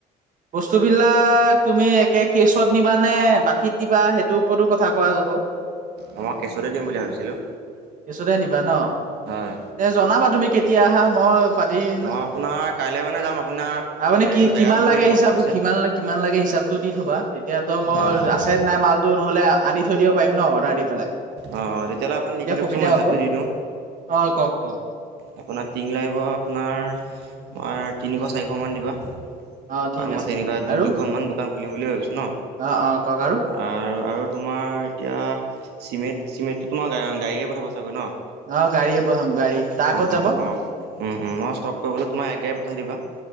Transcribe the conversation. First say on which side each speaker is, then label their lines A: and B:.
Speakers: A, on the right; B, on the right.
A: বস্তু বিলাক তুমি একে কেচত নিবা নে বাকীত দিবা সেইটোৰ ওপৰতো কথা কোৱা যাব। ব <unintelligible>
B: অ' মই কেছতে দিম বুলি ভাবিছিলোঁ।
A: কেছতে নিবা ন,
B: হয়।
A: তে জনাবা তুমি কেতিয়া আহা মই পাতিম
B: মই আপোনাৰ কাইলৈ মানে যাম আপোনাৰ
A: তাৰমানে
B: হেৰিটো
A: কি
B: জেগাটো
A: কিমান
B: কৈ
A: লাগে
B: দিব
A: হিচাপ
B: ক'ত আছে
A: কিমান - কিমান লাগে হিচাপতটো দি থবা তেতিয়াতো মই
B: অঁ
A: আছে নাই মাল টো নহ'লে আনি থৈ দিব পাৰিম ন অৰ্ডাৰ দি পেলাই।
B: অ' তেতিয়া হ'লে আপুনি লেখি লোকচোন,
A: সুবিধা
B: মই হিচাবটো
A: হ'ব
B: দি দিওঁ।
A: অ কওক কওক
B: আপোনাৰ টিং লাগিব আপোনাৰ তিনিশ চাৰিশ মান দিবা।
A: অ ঠিক
B: তাৰমানে মই
A: আছে
B: তেনেকুৱা দু
A: আৰু
B: দুখন মান দোকান খুলিম বুলি ভাবিছো ন
A: অ অ কওক আৰু
B: আৰু আৰ‌‌ তোমাৰ এতিয়া চিমেণ্ট চিমেণ্টটো তোমাৰ গাড়ীয়ে পঠাবা ছাগৈ ন?
A: অ', গাড়ীয়ে পঠাম গাড়ী তাৰ আগত
B: অ'
A: যাব
B: অ' অ' উম উ মই ষ্টক কৰিবলৈ তোমাৰ এক গাড়ী পঠাই দিবা।